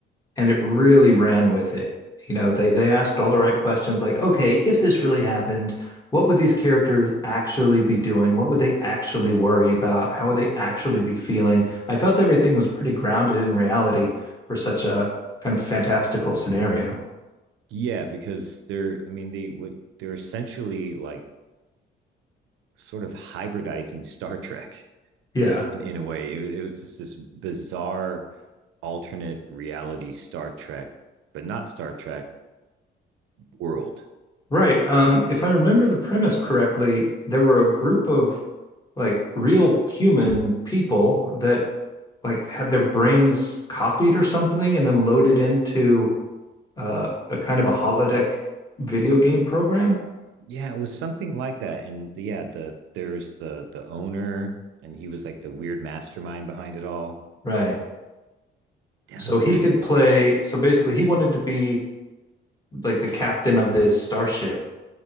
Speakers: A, on the left; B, on the right.
A: and it really ran with it. You know, they they asked all the right questions like, okay, if this really happened, what would these characters actually be doing? What would they actually worry about? How would they actually be feeling? I felt everything was pretty grounded in reality for such a kind of fantastical scenario.
B: Yeah, because they're I mean they would they're essentially like sort of hybridizing <laughs> Star Trek
A: Yeah.
B: in, in a way. It, it was just this bizarre alternate reality Star Trek, but not Star Trek world
A: Right. Um, if I remember the premise correctly, there were a group of like real human people that like had their brains copied or something and then loaded into uh, a kind of a holodeck video game program.
B: Yeah, it was something like that. And the- yeah, the there's the the owner, and he was like the weird mastermind behind it all.
A: Right.
B: Yeah,
A: So
B: it was
A: he
B: very
A: could
B: bizarre.
A: play. So basically, he wanted to be like the captain of this starship.